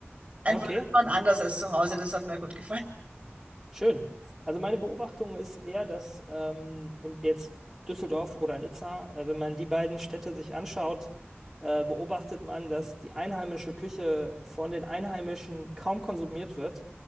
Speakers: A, on the right; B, in the centre.
A: Einfach
B: Okay.
A: und anders als zu Hause, das hat mir gut gefallen.
B: Schön. Also meine Beobachtung ist eher, dass ähm, in, jetzt Düsseldorf oder Nizza, äh, wenn man die beiden Städte sich anschaut, äh, beobachtet man, dass die einheimische Küche von den Einheimischen kaum konsumiert wird.